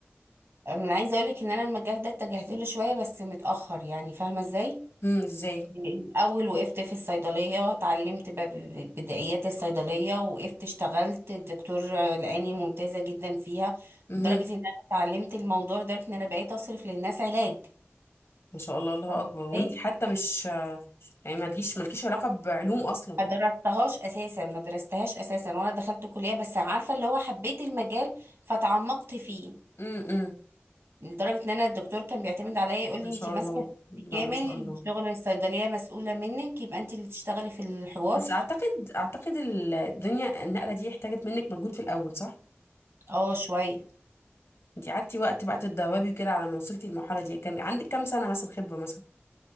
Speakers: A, on the right (about 70°); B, on the left (about 70°).
A: من عايزة اقولك ان انا المجال ده اتجهت له شوية بس متأخر يعني فاهمة ازاي
B: امم ازاي
A: الاول وقفت في الصيدلية اتعلمت ب- ب- بدائيات الصيدلية وقفت اشتغلت الدكتور لقاني ممتازة جدا فيها
B: امم
A: لدرجة ان انا اتعلمت الموضوع لدرجة ان انا بقيت اصرف للناس علاج
B: ما شاء الله الله
A: فاهمة
B: أكبر وانتي
A: ازاي
B: حتى مش يعني ما تجيش مالكيش علاقة بعلوم أصلا
A: ما درستهاش اساسا ما درستهاش اساسا وانا دخلت كليه بس عارفه اللي هو حبيت المجال فتعمقت فيه
B: امم
A: لدرجه ان انا الدكتور كان بيعتمد عليا يقول
B: ما
A: لي
B: شاء
A: انت ماسكه
B: الله
A: الشيفت
B: لا
A: كامل
B: ما شاء الله
A: شغل الصيدليه مسؤوله منك يبقى انت اللي تشتغلي في الحوار
B: بس أعتقد أعتقد ال- الدنيا النقلة دي احتاجت منك مجهود في الأول صح؟
A: اه شويه
B: انتي قعدتي وقت بقى تتدربي وكده على ما وصلتي للمرحلة دي كان عندك كام سنة مثلا خبرة مثلا؟